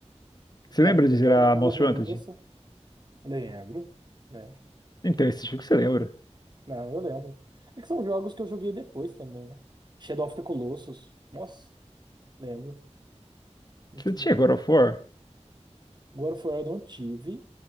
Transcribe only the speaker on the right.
Eu
ficava
jogando,
lavando
louça. Lembro. lembro.
Não, eu lembro. É que são jogos que eu joguei depois também, né? Shadow of the Colossus. Nossa, lembro. Muito
bom.
God of War eu não tive,